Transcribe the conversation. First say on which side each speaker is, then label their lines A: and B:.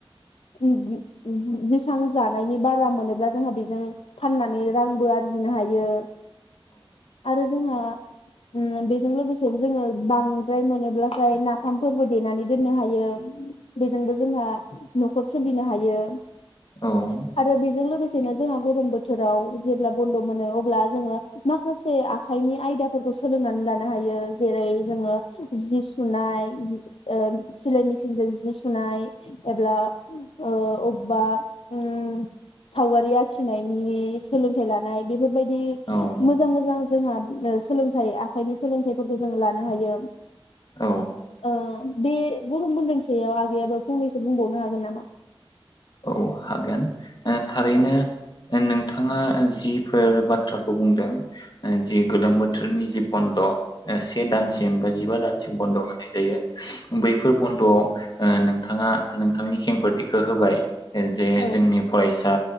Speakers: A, on the left (about 80°); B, on the left (about 45°).
A: <unintelligible> जेसेबां जानायनि बारा मोनोब्ला जोंहा बेजों फाननानै रांबो आरजिनो हायो। आरो जोंहा उम बेजों लोगोसेनो जोङो बांद्राय मोनोब्लाथाय नाफामफोरबो देनानै दोननो हायो बेजोंबो जोंहा न'खर सोलिनो हायो।
B: औ।
A: आरो बेजों लोगोसेनो जोंहा गरम बोथोराव जेब्ला बन्द' मोनो अब्ला जोङो माखासे आखायनि आयदाफोरखौ सोलोंनानै लानो हायो जेरै जोङो जि सु नाय जि ओ सिलाय मिसिनजों जि जि सुनाय एब्ला ओ अब बा उम सावगारि आखिनायनि सोलोंथाइ लानाय बे बेफोरबायदि
B: औ
A: मोजां मोजां जोंहा ओ सोलोंथाइ आखाइनि सोलोंथाइफोरखौ जों लानो हायो।
B: औ
A: ओ। बे गरम बन्द'नि सायाव आगैयाबो फंनैसो बुंबावनो हागोन नामा?
B: औ हागोन ओ थारैनो
A: औ
B: नोंथां नोंथाङा जिफोर बाथ्राखौ बुंदों ओ जि गोलोम बोथोरनि जि बन्द' से दानसि सिम बा जिबा दानसिम बन्द' होनाय जायो बैफोर बन्द'आव ओ नोंथाङा नोंथांनि खेंफोरथिखो होबाय ओ जे
A: औ
B: जोंनि फरायसा